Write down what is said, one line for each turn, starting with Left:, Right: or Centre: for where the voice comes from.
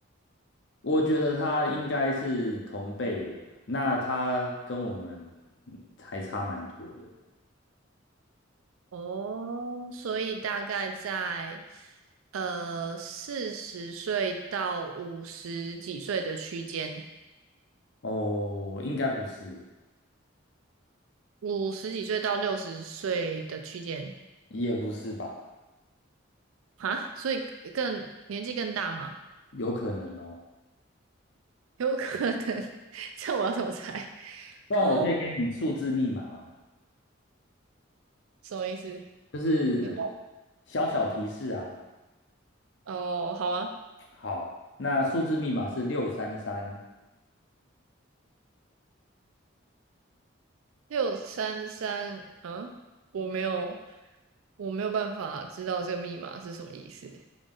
Left: 我觉得他应该是同辈的，那他跟我们还差蛮多的。
Right: 哦，所以大概在呃四十岁到五十几岁的区间，
Left: 哦，应该不是，
Right: 五十几岁到六十岁的区间，
Left: 也不是吧？
Right: 啊，所以更年纪更大吗？
Left: 有可能哦。
Right: 有可能，<laughs> 这我要怎么猜？
Left: 不然我可以给你数字密码啊，
Right: 啊，什么意思？
Left: 就是呃
Right: 你
Left: 小小提示啊。
Right: 哦，好啊，
Left: 好，那数字密码是六三三。
Right: 六三三，嗯，我没有，我没有办法知道这个密码是什么意思。